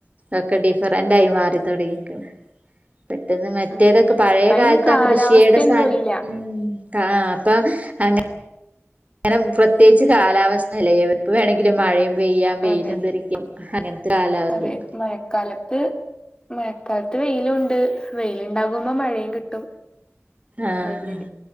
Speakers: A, on the right; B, on the left.
A: ഒക്കെ ഡിഫറന്റയി മാറി തുടങ്ങിയേക്കണ് പെട്ടെന്ന് മറ്റേതൊക്കെ
B: ഉം
A: പഴയ
B: ഇപ്പ അയിന്
A: കാലത്ത്
B: കാലാവസ്ഥയൊന്നുല്ല
A: ആ കൃഷിയുടെ സ്ഥാനം ഉം ത്താ അപ്പൊ അ അങ്ങനെ പ്രത്യേകിച്ച് കാലാവസ്ഥ അല്ലേ എപ്പ വേണങ്കിലും മഴയും പെയ്യാം വെയിലും
B: അതെ
A: ധരിക്കും അങ്ങനത്തെ കാലാവസ്ഥയാണ്
B: അതെ മഴക്കാലത്ത് മഴക്കാലത്ത് വെയിലുമുണ്ട് വെയിലുണ്ടാകുമ്പോ മഴയും കിട്ടും
A: ആഹ്
B: അങ്ങനെ